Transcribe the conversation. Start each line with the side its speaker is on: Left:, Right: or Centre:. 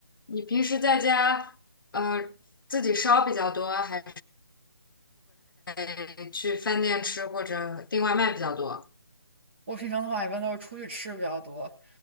Left: 你平时在家呃自己烧比较多，还是去饭店吃或者订外卖比较多？
Right: 我平常的话一般都是出去吃比较多，